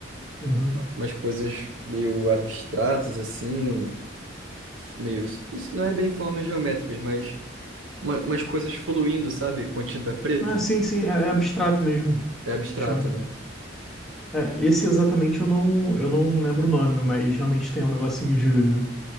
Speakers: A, in the centre; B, on the right.
A: uhum.
B: umas coisas meio abstratas, assim, um- meio. Não é bem formas geométricas, mas uma- umas coisas fluindo, sabe? Com tinta preta.
A: Ah, sim, sim, é, é abstrato mesmo.
B: É abstrato,
A: que Chama.
B: né?
A: É, esse exatamente eu não, eu não lembro o nome, mas realmente tem um negocinho de,